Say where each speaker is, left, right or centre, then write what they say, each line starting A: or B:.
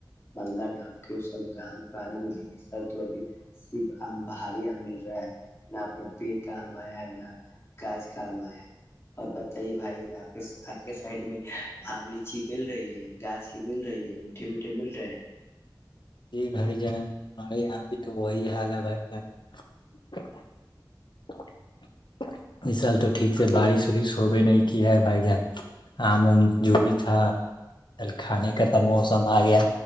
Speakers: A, on the left; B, on the left.
A: مالدہ ڈ کی سب کامانا م سر تو ابھی صر آم باہاری آم مل رہا ہے نہ اپنا پیڑ کا آم آیا ہے نہ گاھ کا آم آیا ہے اور بتائیے بھائی آپ آپ کے سائڈ میں آم لیچی مل رہی ہے گاچ <inaudible> مل رہی ہے میٹھے میٹھے مل رہے ہیں <inaudible>
B: جی بھائی جان ہمے آ تو وہی حال ہے بھائی جان <inaudible> <inaudible> مشال <inaudible> تو ٹیک سے
A: کہیے
B: بارش وورش ہو نہیں <unintelligible> کیا ہے بھائی جان آم وم جو بھی تھا کھانے کا تب موسم آ گیا